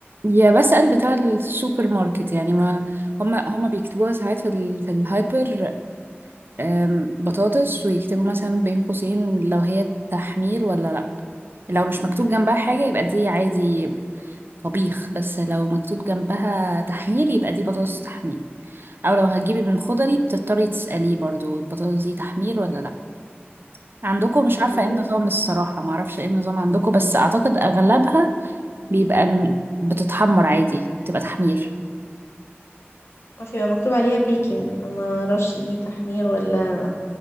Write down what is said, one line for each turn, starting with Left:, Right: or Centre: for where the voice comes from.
Right: يا بسأل بتاع السوبر ماركت يعني ما هما هما بيكتبوها ساعات في, ال... في الهايبر أم، بطاطس ويكتبوا مثلا بين قوسين لو هي تحمير ولا لأ لو مش مكتوب جنبها حاجة يبقى دي عادي طبيخ بس لو مكتوب جنبها تحمير يبقى دي بطاطس تحمير او لو هتجيبي من خضري بتضطري تسأليه برضو البطاطس دي تحمير ولا لا عندكم مش عارفة
Left: اوكي.
Right: ايه النظام الصراحة ما اعرفش ايه النظام عندكم بس اعتقد اغلبها بيبقى م- بتتحمر عادي بتبقى تحمير
Left: مش يبقى مكتوب عليها بيكنج فما اعرفش دي تحمير ولا